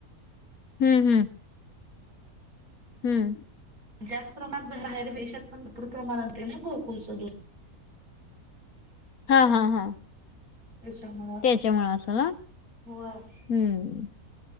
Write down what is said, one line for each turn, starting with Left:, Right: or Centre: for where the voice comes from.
Left: हम्म हम्म. हम्म.
Right: जास्त प्रमाणात बाहेर वेशात पण भरपुर प्रमाणात ना वितरण गोकुळ च दुध.
Left: हा हा हा.
Right: याच्यामुळं
Left: त्याच्यामुळे असेल हा
Right: व्हय.
Left: हम्म